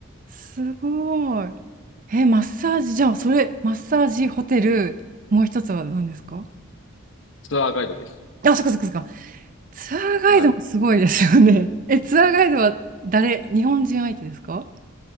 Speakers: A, on the right; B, on the left.
A: すごい。えーマッサージ、じゃあ、それ、マッサージホテル、もう一つは何ですか
B: ツアーガイドです。
A: あ、そっかそっかそっか。ツアーガイドもすごいですよね。
B: はい。
A: <laughs> え、ツアーガイドは誰、日本人相手ですか